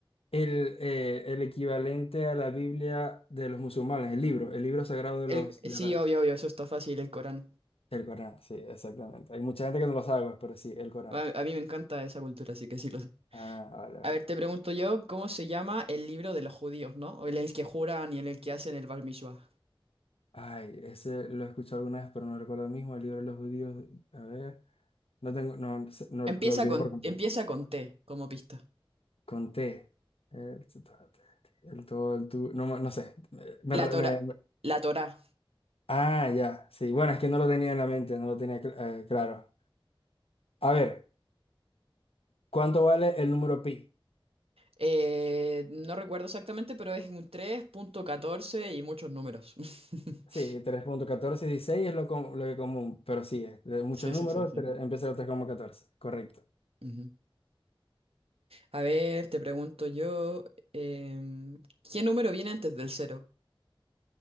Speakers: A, on the left; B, on the right.
A: el, eh, el equivalente a la Biblia de los musulmanes? El libro, el libro sagrado de
B: El,
A: los...
B: sí,
A: De la-
B: obvio, obvio, eso está fácil, el Corán.
A: el Corán, sí, exactamente. Hay mucha gente que no lo sabe, pues, pero sí, el Corán.
B: A, a mí me encanta esa cultura, así que sí lo sé.
A: Ah, vale, vale.
B: A ver, te pregunto yo, ¿cómo se llama el libro de los judíos, no? O el, el que juran y en el que hacen el Bar Mishwah.
A: Ay, ese lo he escuchado alguna vez, pero no recuerdo ahora mismo, el libro de los judíos. A ver, no tengo, no, no
B: Empieza
A: lo olvido
B: con,
A: por completo.
B: empieza con T, como pista.
A: Con T. El, el todo, el tú. No, no sé. Me-
B: La
A: me-
B: Torá,
A: me-
B: la Torá.
A: ah, ya. Sí. Bueno, es que no lo tenía en la mente, no lo tenía cl- eh, claro. A ver, ¿cuánto vale el número pi?
B: Eh, no recuerdo exactamente, pero es un tres punto catorce y muchos números. <laughs>
A: Sí, tres punto catorce dieciséis es lo, com- lo que común, pero sí, es de muchos
B: Sí,
A: números
B: sí, sí, sí.
A: tre- empieza con tres coma catorce Correcto.
B: Ujú. A ver, te pregunto yo, em, ¿qué número viene antes del cero?